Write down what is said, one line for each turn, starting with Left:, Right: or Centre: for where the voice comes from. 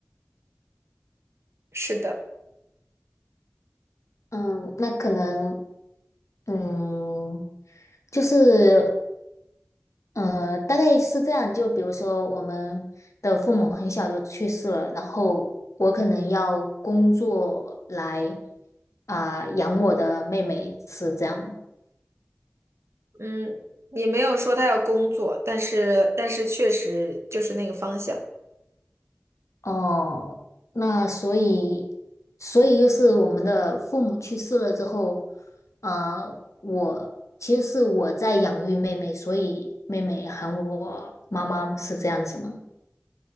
Right: 是的，
Left: 嗯，那可能嗯，就是。呃，大概是这样。就比如说，我们的父母很小就去世了，然后我可能要工作来啊、养我的妹妹，是这样吗？
Right: 嗯，也没有说他要工作，但是但是确实就是那个方向，
Left: 哦，那所以，所以就是我们的父母去世了之后，呃，我其实是我在养育妹妹，所以妹妹喊我妈妈是这样子吗？